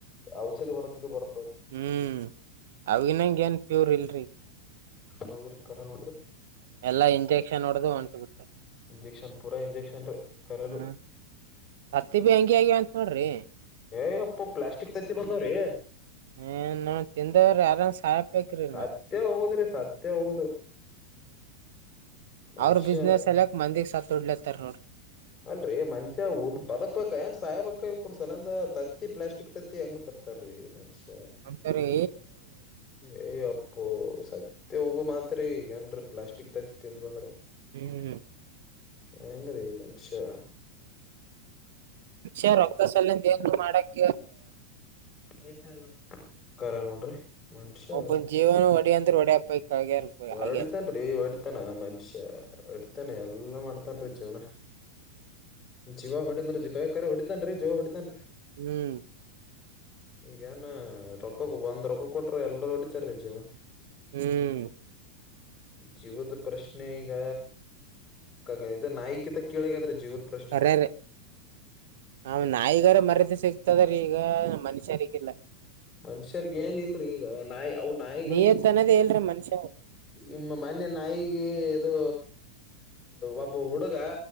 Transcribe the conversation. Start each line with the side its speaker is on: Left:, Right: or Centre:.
Left: ಔಷಧಿ ಹೊಡತು ಬರ್ತ
Right: ಹ್ಮ್ ಅವಿನಂಗ ಏನ್ ಪ್ಯೂರ್ ಇಲ್ರಿ
Left: ಹೋಗಿರ್ಕಾರೆ ನೋಡ್ರಿ
Right: ಎಲ್ಲಾ ಇಂಜೆಕ್ಷನ್ ಹೊಡ್ದು ಹೊಂಟ್ ಬಿಟ್ಟಾರ
Left: ಇಂಜೆಕ್ಷನ್ ಪೂರಾ ಇಂಜೆಕ್ಷನ್ ಕರು
Right: ಹ್ಮ್ ಹತ್ತಿ ಬಿ ಹಂಗೆ ಆಗ್ಯಾವ ಅಂತ ನೋಡ್ರಿ
Left: ಏಯ ಅಪ್ಪು ಪ್ಲಾಸ್ಟಿಕ್ ತತ್ತಿ ಬಂದವ್ರೀ
Right: ಏನ್ ನಾವ್ ತಿಂದವ್ರ ಯಾರನ್ ಸಾಯ್ಬೇಕ್ರಿ
Left: ಸತ್ಯ
Right: ನಾವ್
Left: ಹೋಗದ್ರೀ ಸತ್ಯ ಹೋಗುದ ಮನುಷ್ಯ
Right: ಅವ್ರ ಬಿಸ್ನೆಸ್ ಸಲಕ್
Left: ಶಾಸ
Right: ಮಂದಿಗ್ ಸತ್ ಹೊಡ್ಲತ್ತಾರ ನೋಡ್ರಿ
Left: ಅಲ್ ರೀ ಮನುಷ್ಯ ಉದ್ ಬದಕ್ ಬಏನ್ ಸಾಯಬೇಕ ಸಲಂದ ತತ್ತಿ ಪ್ಲಾಸ್ಟಿಕ್ ತತ್ತಿ ಹೆಂಗ್ ತರ್ತಾರೀ ಮನ್ಷಿ
Right: ಅಂತವ್ರಿ
Left: ಎ ಪೋ ಸತ್ತ ಹೋಗ ಮಾತ್ರ ಈಗಏನ್ ಪ್ಲಾಸ್ಟಿಕ್ ತತ್ತತಿಂದ್ ಬಂದ್ರ
Right: ಹ್ಮ್
Left: ಭಯಂಗ್ರೀ ಮನುಷ್ಯ
Right: ಅಕ್ಷಾ ರಕ್ತ ಸಲಂದ ಏನರು ಮಾಡಕ
Left: <unintelligible> ಕರ ನೋಡ್ರಿ ಮನುಷ್ಯ
Right: ಒಬ್ಬನ್ ಜೀವನ ಒಡಿ ಅಂದ್ರ ಒಡ್ಯಪ್ಪ ಆಗ್ಯಾರ ಆಗ್ಯಾರ
Left: ಹೊಡ್ತನ್ ರೀ ಹೊಡ್ತಾನ ಮನುಷ್ಯ ಹೊಡ್ತಾನ ಎಲ್ಲಾ ಮಾಡ್ತಾರನ್ ಜೀವನ ಜೀವ ಹೊಡನ್ ಗಯಕ ಹೊಡಿತನ್ ಜೀವ ಹೊಡಿತನ್
Right: ಹ್ಮ್
Left: ಈಗನ್ ರೊಕ್ಕ ಒಂದ್ ರೊಕ್ಕ ಕೊಟ್ರ ಎಲ್ಲರ ಹೊಡಿತಾರ ರಜು
Right: ಹ್ಮ್
Left: ಜೀವದ ಪ್ರಶ್ನೆ ಈಗ ಕ ಇದ ನಾಯಕಿತ ಕಳಗದ್ರೆ ಜೀವದ ಪ್ರಶ್ನೆ
Right: ಕರ್ಯಾರಿ ಅವ್ ನಾಯಿಗಾರ ಮರ್ಯಾದೆ ಸಿಗ್ತದ್ರೀ ಈಗ ಮನುಷ್ಯರಿಗಿಲ್ಲ
Left: ಮನುಷ್ಯರ್ಗ ಏನ್ಲ್ ಈಗ ನ ನಾಯಿಗ
Right: ನೀಯತ್ ಅನ್ನೋದೇ ಇಲ್ರಿ ಮನುಷ್ಯ
Left: ನಿಮ್ಮ ಮನ್ಯ ನಾಯಿಗೆ ಇದು ಒಬ್ಬ ಹುಡುಗ